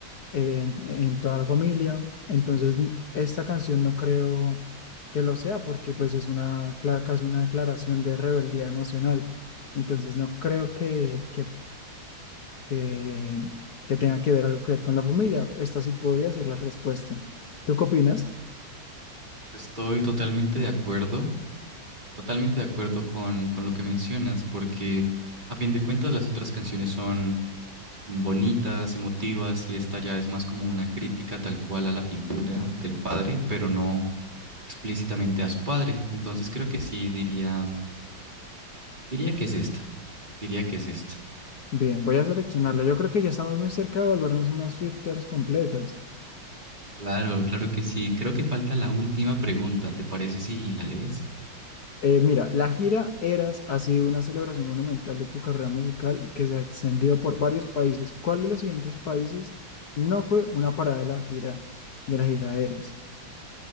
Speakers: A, on the left; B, on the right.
A: en, en toda la familia. Entonces, n- esta canción no creo que lo sea porque pues es una, cla- casi una declaración de rebeldía emocional. Entonces, no creo que, que, que, que tenga que ver algo que ver con la familia. Esta sí podría ser la respuesta. ¿Tú qué opinas?
B: Estoy totalmente de acuerdo, totalmente de acuerdo con, con lo que mencionas, porque a fin de cuentas las otras canciones son bonitas, emotivas, y esta ya es más como una crítica tal cual a la figura del padre, pero no explícitamente a su padre. Entonces creo que sí, diría, diría que es esta, diría que es esta.
A: Bien, voy a seleccionarlo. Yo creo que ya estamos muy cerca de volvernos unas Swifters completas.
B: Claro, claro que sí. Creo que falta la última pregunta. ¿Te parece si la lees?
A: Eh, mira, la gira Eras ha sido una celebración monumental de tu carrera musical que se ha extendido por varios países. ¿Cuál de los siguientes países no fue una parada de la gira de la gira Eras?